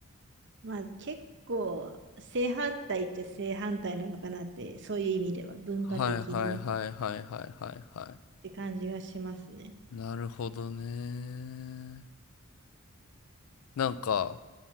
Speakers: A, on the right; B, on the left.
A: まあ結構、正反対っちゃ正反対なのかなって、そういう意味では文化的にっ
B: はいはいはいはいはいはいは
A: て感じがしますね。
B: い。なるほどね。なんか